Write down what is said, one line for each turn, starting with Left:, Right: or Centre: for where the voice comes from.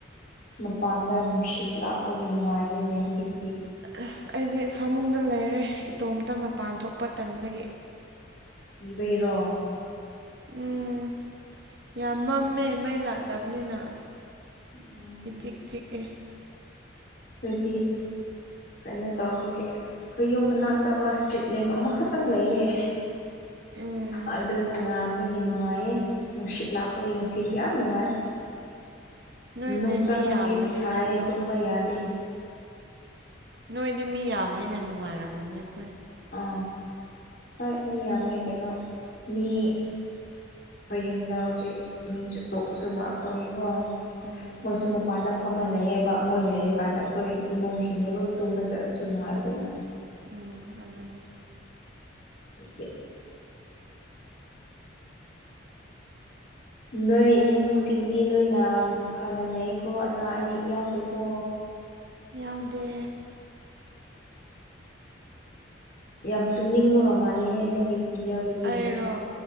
Left: ꯃꯄꯥꯟꯗ ꯅꯨꯡꯁꯤꯠ ꯂꯥꯛꯄꯒꯤ ꯅꯨꯡꯉꯥꯏꯔꯤꯅꯦ ꯍꯧꯖꯤꯛ
Right: ꯑꯁ ꯑꯩꯗꯤ ꯐꯃꯨꯡꯗ ꯂꯩꯔꯦ ꯏꯇꯣꯝꯇ ꯃꯄꯥꯟ ꯊꯣꯛꯄ ꯇꯟꯕꯒꯤ
Left: ꯏꯕꯩꯔꯣ
Right: ꯎꯝ ꯌꯥꯝ ꯃꯝꯃꯦ
Left: ꯎꯝ
Right: ꯃꯩ ꯂꯥꯛꯇꯕꯅꯤꯅ ꯑꯁ
Left: ꯎꯝ
Right: ꯏ ꯆꯤꯛ ꯆꯤꯛꯑꯦ
Left: ꯑꯩꯈꯣꯏꯗꯤ ꯀꯩꯅꯣ ꯇꯧꯕꯒꯤ ꯑꯩꯈꯌꯨꯝ ꯃꯅꯥꯛꯇ ꯑꯃ ꯏꯁꯇ꯭ꯔꯤꯠ ꯂꯦꯝ ꯑꯃꯈꯛꯇꯪ ꯂꯩꯌꯦ
Right: ꯎꯝ
Left: ꯑꯗꯨꯅ ꯉꯥꯟꯕꯒꯤ ꯅꯨꯡꯉꯥꯏꯌꯦ ꯅꯨꯡꯁꯤꯠ ꯂꯥꯛꯄꯒꯤ ꯉꯁꯤꯗꯤ ꯌꯥꯝ ꯅꯨꯡꯉꯥꯏ
Right: <unintelligible> <inaudible> ꯅꯣꯏꯗꯤ
Left: ꯅꯨꯡ ꯆꯪꯅꯗꯤ
Right: ꯃꯤ ꯌꯥꯝꯕꯅꯤꯅ
Left: ꯁꯥꯏꯌꯦ
Right: ꯑꯗꯨꯝ
Left: ꯇꯨꯝꯕ ꯌꯥꯗꯦ
Right: ꯅꯣꯏꯗꯤ ꯃꯤ ꯌꯥꯕꯅꯤꯅ ꯅꯨꯡꯉꯥꯏꯔꯝꯒꯅꯤꯣꯏ
Left: ꯑ ꯍꯣꯏ ꯃꯤ ꯌꯥꯝꯃꯦ ꯀꯩꯅꯣ ꯃꯤ ꯑꯩꯈꯣꯏ ꯌꯨꯝꯗ ꯍꯧꯖꯤꯛ ꯃꯤꯁꯨ ꯑꯇꯣꯄꯁꯨ ꯂꯥꯛꯄꯒꯤꯀꯣ
Right: ꯎꯝ
Left: ꯃꯣꯏꯁꯨ ꯃꯄꯥꯟꯗ ꯐꯝꯃ ꯂꯩꯌꯦꯦꯕ ꯃꯣꯏ ꯂꯩꯔꯤꯀꯥꯟꯗ ꯑꯩꯈꯣꯏ ꯏꯃꯨꯡꯁꯤꯡꯗꯣ ꯂꯣꯏ ꯇꯨꯝꯕ ꯆꯠꯂꯁꯨꯅ ꯅꯨꯡꯉꯥꯏꯗꯨꯅ
Right: ꯎꯝ ꯑꯗꯨꯅꯤ
Left: ꯑꯣꯀꯦ <unintelligible> <inaudible> ꯅꯣꯏ ꯏꯃꯨꯡꯁꯤꯡꯗꯤ ꯂꯣꯏꯅ ꯐꯅ ꯂꯩꯀꯣ ꯑꯅꯥ ꯑꯌꯦꯛ ꯌꯥꯎꯗꯦꯀꯣ
Right: ꯌꯥꯎꯗꯦ
Left: ꯌꯥꯝ ꯇꯨꯝꯅꯤꯡꯕꯒ ꯃꯥꯜꯂꯦꯍꯦ ꯅꯪꯒꯤ ꯈꯣꯟꯖꯦꯜ ꯑꯗꯨꯗꯤ
Right: ꯑꯩꯔꯣ